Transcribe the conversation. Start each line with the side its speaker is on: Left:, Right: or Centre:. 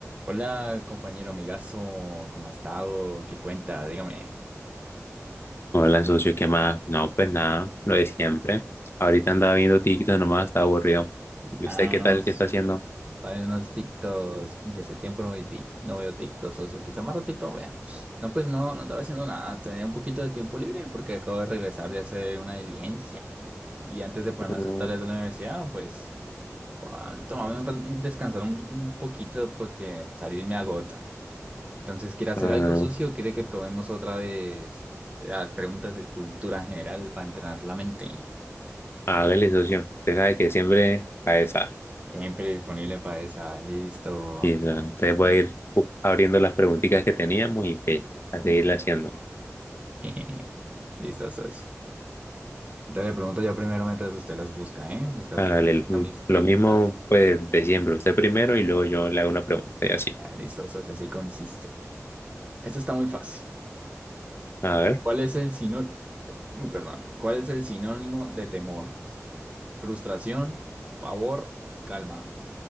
Right: Hola, compañero amigazo, ¿cómo ha estado? ¿Qué cuenta? Dígame.
Left: Hola, socio, ¿qué más? No, pues nada, lo de siempre. Ahorita andaba viendo TikTok nomás, está aburrido. ¿Y
Right: Ah,
Left: usted qué
Right: unos,
Left: tal? ¿Qué está haciendo?
Right: también unos TikToks. Oye, hace tiempo no veo, tic, no veo TikTok, socio. Quizá más ratito vea. No, pues no, no estaba haciendo nada. Tenía un poquito de tiempo libre porque acabo de regresar de hacer una diligencia. Y antes de ponerme
Left: Mm,
Right: a hacer tareas de la universidad, pues, bueno, tomarme un, ra- un- descansar un, un poquito porque salir me agota. Entonces, ¿quiere hacer
Left: ah,
Right: algo, socio? ¿Quiere que probemos otra vez las preguntas de cultura general para entrenar la mente?
Left: hágale, socio. Usted sabe que siempre cabeza.
Right: Siempre disponible para esa. Listo.
Left: Y ah, usted puede ir bu- abriendo las preguntitas que teníamos y pues, a seguirla haciendo.
Right: <laughs> Listo, socio. Entonces le pregunto yo primero mientras usted las busca, ¿eh? Usted
Left: Hágale,
Right: busca
Left: l-
Right: mis preguntas.
Left: lo mismo pues de siempre. Usted primero y luego yo le hago una pregunta y así.
Right: Ah, listo, socio, así consiste. Esto está muy fácil.
Left: A ver.
Right: ¿Cuál es el sinónimo? Muy perdón. ¿Cuál es el sinónimo de temor? Frustración, pavor, calma.